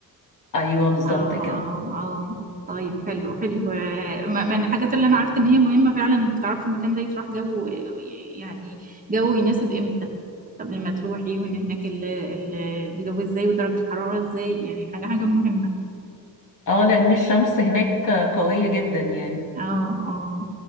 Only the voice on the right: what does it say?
اه
اه اه طيب حلو حلو آه، م- من الحاجات اللي انا عرفت ان هي مهمة فعلا انك تعرفي المكان ده يتراح جو آه، يعني جو يناسب امتى قبل ما تروحي وان هناك ال- ال- الجو ازاي ودرجة الحرارة ازاي يعني حاجة حاجة مهمة
اه اه